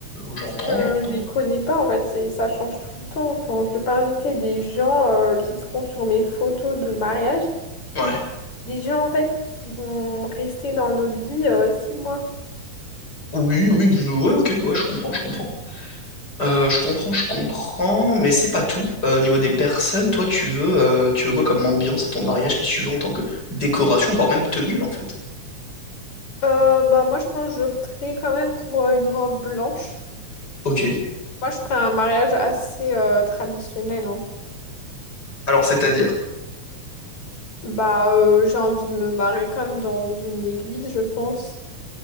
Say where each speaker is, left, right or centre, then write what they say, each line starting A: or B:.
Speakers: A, on the left; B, on the left.
A: j'entends,
B: Parce que
A: j'entends.
B: je les connais pas, en fait, c'est, ça change tout le temps. Enfin, je vais pas inviter des gens euh, qui seront sur mes photos de mariage.
A: Ouais.
B: Des gens, en fait, qui vont rester dans notre vie euh, six mois.
A: Oui, oui, je- ouais, ok, ouais, je comprends, je comprends. Euh, je comprends, je comprends, mais c'est pas tout. Euh, au niveau des personnes, toi, tu veux, euh, tu veux quoi comme ambiance à ton mariage? Qu'est-ce que tu veux en tant que décoration, voire même tenue, en fait?
B: Euh, bah, moi, je pense que j'opterais quand même pour euh, une robe blanche.
A: Ok.
B: Moi, je ferais un mariage assez euh, traditionnel. hein.
A: Alors, c'est-à-dire?
B: Bah, euh, j'ai envie de me marier quand même dans une église, je pense.